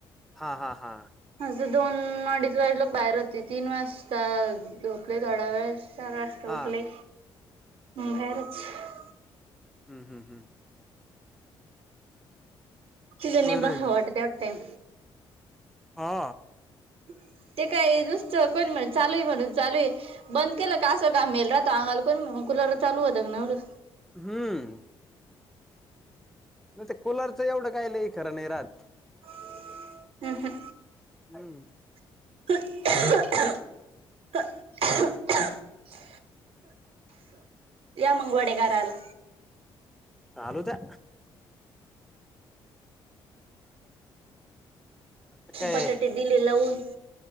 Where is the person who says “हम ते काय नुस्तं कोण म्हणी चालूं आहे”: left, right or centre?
Right